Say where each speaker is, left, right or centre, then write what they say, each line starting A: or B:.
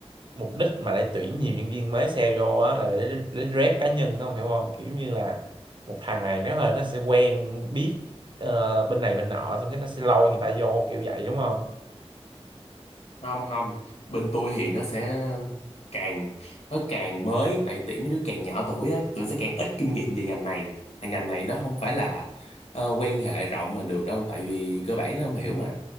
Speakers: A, on the right; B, on the left.
A: mục đích mà để tuyển nhiều nhân viên mới sale vô á là để, để rep cá nhân không hiểu không? Kiểu như là một thằng này nó hơi nó sẽ quen biết ờ, bên này bên nọ xong cái nó sẽ lôi người ta vô kiểu vậy đúng không?
B: không không bên tôi thì nó sẽ càng nó càng mới tại tuyển mấy đứa càng nhỏ tuổi á tụi nó sẽ càng ít kinh nghiệm về ngành này tại ngành này nó không phải là ờ, quan hệ rộng mà được đâu tại vì cơ bản nó không hiểu mà